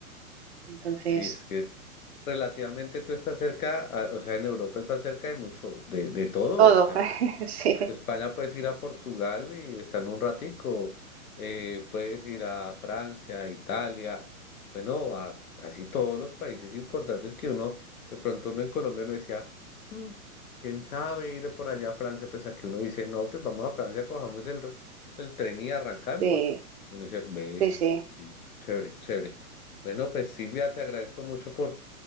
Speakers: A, on the right; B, on the left.
A: Entonces,
B: Sí, es que es relativamente tú estás cerca, a- o sea, en Europa estás cerca de mucho, de, de todo,
A: todo.
B: o sea.
A: <laughs> Sí,
B: España puedes ir a Portugal y estar un ratico, eh, puedes ir a Francia, Italia, bueno, a casi todos los países importantes que uno, de pronto uno en Colombia no decía, "Hmm, quién sabe ir por allá a Francia, pues aquí uno dice, no, pues vamos a Francia, cojamos el, r- el tren y arrancamos.
A: sí,
B: Y uno dice, ve,
A: sí, sí.
B: sí, chévere, chévere. Bueno, pues Silvia, te agradezco mucho por,